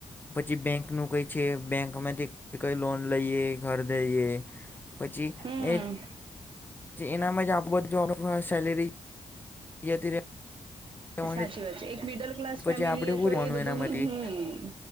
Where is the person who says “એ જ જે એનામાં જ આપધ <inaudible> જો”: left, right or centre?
Left